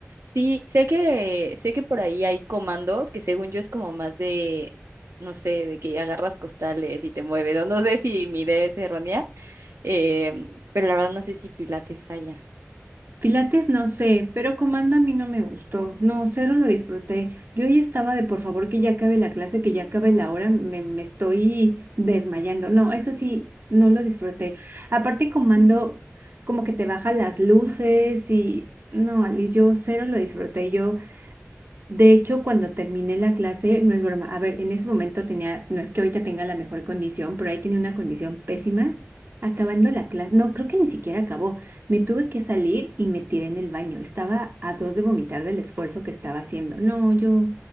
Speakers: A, on the right (about 70°); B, on the right (about 45°).
A: Sí, sé que, sé que por ahí hay comando, que según yo es como más de, no sé, de que agarras costales y te mueves. No, no sé si mi idea es errónea, em, pero la verdad no sé si Pilates haya.
B: Pilates no sé, pero comando a mí no me gustó. No, cero lo disfruté. Yo ahí estaba de por favor que ya acabe la clase, que ya acabe la hora, me, me estoy desmayando. No, eso sí, no lo disfruté. Aparte comando como que te baja las luces y no, Alice, yo cero lo disfruté. Yo de hecho, cuando terminé la clase, no es broma, a ver, en ese momento tenía, no es que ahorita tenga la mejor condición, pero ahí tenía una condición pésima. Acabando la clase, no, creo que ni siquiera acabó. Me tuve que salir y me tiré en el baño. Estaba a dos de vomitar del esfuerzo que estaba haciendo. No, yo,